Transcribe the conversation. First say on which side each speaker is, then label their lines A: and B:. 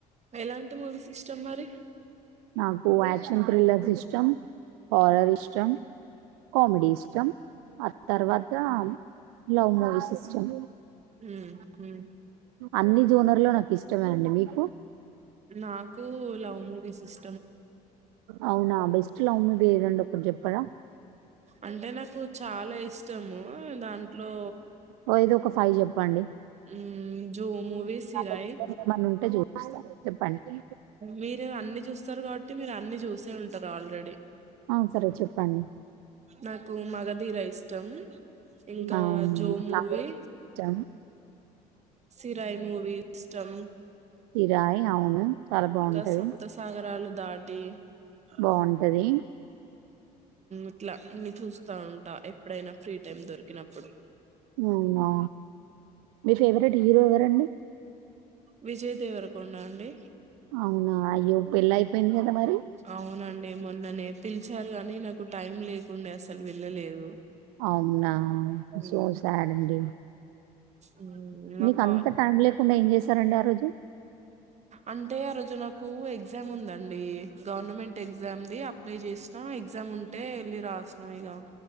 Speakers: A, on the right; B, on the right.
A: ఎలాంటి మూవీస్ ఇష్టం మరి
B: నాకు యాక్షన్ థ్రిల్లర్స్ ఇష్టం హార్రర్ ఇష్టం కామెడీ ఇష్టం అ తర్వాత లవ్ మూవీస్ ఇష్టం
A: హు హు
B: అన్ని జోనర్ లో నాకు ఇష్టమే అండి మీకు
A: నాకు లవ్ మూవీస్ ఇష్
B: అవునా బెస్ట్ లవ్ మూవీ ఏదండి ఒకటి చెప్పండి ఎక్కడ
A: అంటే నాకు చాలా ఇష్టము దాంట్లో
B: ఓ ఏదో ఒక ఫైవ్ చెప్పండి
A: హు జో మూవీ సిరాయి
B: నా దగ్గర ఏమన్నా ఉంటే చూ చెప్పండి
A: మీరు అన్ని చూస్తరు కాబట్టి మీరు అన్ని చూసే ఉంటరు ఆల్రెడీ
B: ఆ సరే చెప్పండి
A: నాకు మగధీరా ఇష్టం ఇంకా
B: అవును
A: జో మూవీ
B: నాకు కూడా ఇష్టం
A: సిరాయ్ మూవీ ఇష్టం
B: కిరాయి అవును చాలా బాగుంటది
A: ఇంకా సప్తసాగరాలు దాటి
B: బాగుంటది
A: ఊ ఇట్లా అన్ని చూస్తా ఉంటా ఎప్పుడైనా ఫ్రీ టైమ్ దొరికినప్పుడు
B: అవునా మీ ఫేవరెట్ హీరో ఎవరండి
A: విజయ్ దేవరకొండ అండి
B: అవునా అయ్యో పెళ్ళి అయిపోయింది కదా మరి
A: అవునా నే మొన్ననే పిలిచారు గానీ నాకు టైం లేకుండే అసలు వెళ్ళలేదు
B: అవునా
A: ఉమ్,
B: సో సాడ్ అండి
A: ఉమ్, నాకు
B: మీకు అంత టైం లేకుండా ఏం చేశారండి ఆ రోజు
A: అంటే ఆ రోజు నాకు ఎగ్జామ్ ఉందండి గవర్నమెంట్ ఎగ్జామ్దిి అప్లై చేసినాం ఎగ్జామ్ ఉంటే వెళ్ళి రాసినం ఇక